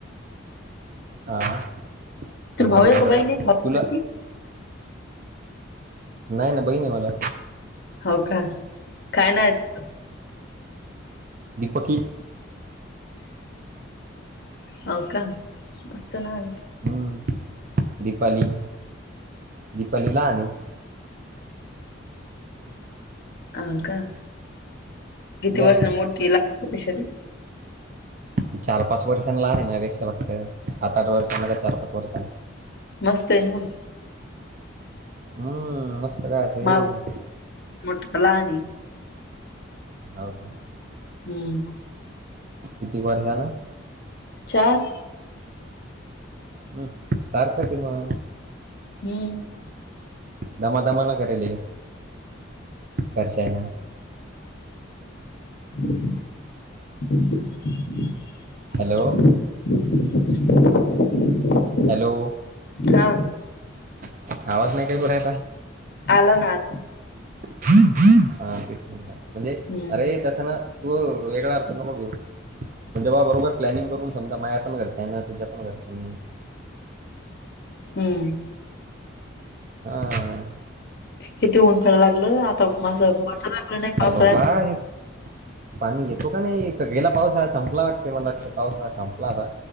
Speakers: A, on the right; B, on the left.
A: आ संभाजीनगरला
B: तुला भाऊ आहे का बहीण आहे भाऊ आहे
A: तुला
B: म्हणती?
A: नाय ना बहीनं ये मला
B: हाव का काय नाव तीच
A: दीपकी
B: हो का मस्त नाव ये
A: हम्म दिपाली दिपाली लहान ये
B: अ का किती
A: येस
B: वर्ष मोठी लाक पेक्षा ती
A: ती चार पाच वर्षांन लहान हाय माया पेक्षा वाटत सात आठ वर्षांनी का चार पाच वर्षांन
B: मस्त ये न मंग
A: हां मस्त काय असं
B: <unintelligible>
A: हे हो
B: मोठ लहानं ये.
A: हाव काय
B: हम्म
A: किती वर्षान
B: चार
A: हम् सारख सिमा
B: हम्म.
A: दमा दमा न करेली खश आहे ना.
B: <unintelligible>
A: हॅलो.
B: <unintelligible>
A: हॅलो
B: हा
A: आवाज नाही काय तो रायचा.
B: आला ना.
A: हा तेच म्हटलं म्हणजे
B: हम्म
A: अरे तसं ना. तू वेगळा अर्थ नको घेऊ. म्हणजे बा बरोबर प्लॅि करून समजा माया पणरच्यां आहे तझ्या पण घरच्यां नाही.
B: हम्म.
A: हम.
B: किती ऊन पेयला लागलं आता माझ मोट लागलं नाही. पावसाळ्या
A: अरे बाबा
B: म्हणून
A: हे पाणी येतो का नाही गेला पावसाला संपला वाटतें मला वाटतं. पाऊसा संपला आता